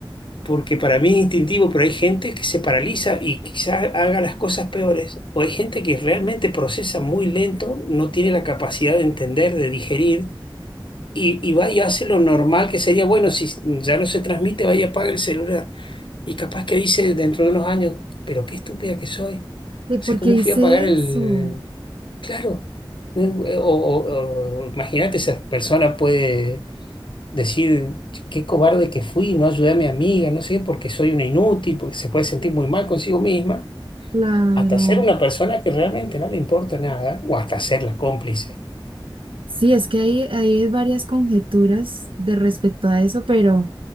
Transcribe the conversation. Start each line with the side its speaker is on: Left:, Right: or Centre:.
Left: porque para mí es instintivo, pero hay gente que se paraliza y quizás haga las cosas peores. O hay gente que realmente procesa muy lento, no tiene la capacidad de entender, de digerir y, y va y hace lo normal que sería, bueno, si ya no se transmite, vaya y apaga el celular. Y capaz que dice dentro de unos años, pero qué estúpida que soy.
Right: ¿de
Left: O
Right: por
Left: sea, ¿cómo
Right: qué hice
Left: fui a apagar el...?
Right: eso?
Left: Claro. No, eh, O, o- o imagínate, esa persona puede decir, qué cobarde que fui, no ayudé a mi amiga, no sé, porque soy una inútil, porque se puede sentir muy mal consigo misma,
Right: Claro.
Left: hasta ser una persona que realmente no le importa nada, o hasta ser la cómplice.
Right: Sí, es que hay, hay varias conjeturas de respecto a eso, pero,